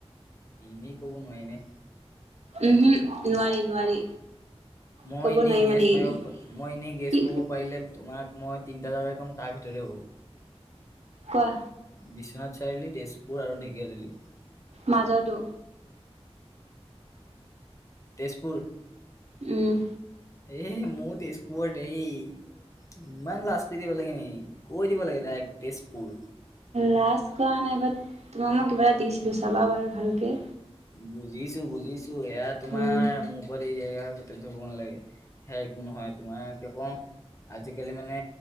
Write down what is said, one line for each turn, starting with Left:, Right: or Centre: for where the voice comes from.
Left: এনেই ক'ব নোৱাৰিনে?
Right: উম হম, নোৱাৰি নোৱাৰি।
Left: মই
Right: ক'ব
Left: এনেই
Right: নোৱাৰি
Left: গেছ
Right: মানে এইখিনি
Left: মাৰিব, মই এনেই গেছ
Right: কি
Left: ক'ব পাৰিলে তোমাক মই তিনটা জাগাই ক'ম, তাৰ ভিতৰতে হ'ব।
Right: কোৱা?
Left: বিশ্বনাথ চাৰিআলি, তেজপুৰ আৰু ঢেকীয়াজোলী।
Right: মাজৰতো।
Left: তেজপুৰ।
Right: উম।
Left: এ মইও তেজপুৰত এই, ইমান লাজ কৰি থাকিব লাগে নেকি। কৈ দিব লাগে ডাইৰেক্ট তেজপুৰ।
Right: লাজ কৰা নাই বাট তোমাক মই কিবা এটা দিছিলোঁ চাবা বাৰু ভালকে।
Left: বুজিছোঁ বুজিছোঁ এয়া তোমাৰ
Right: উম
Left: মোৰ মোৰ ওপৰত এৰি দে সেয়া একো তেঞ্জন কৰিব নালাগে, সেয়া একো নহয় তোমাৰ কে আজিকালি মানে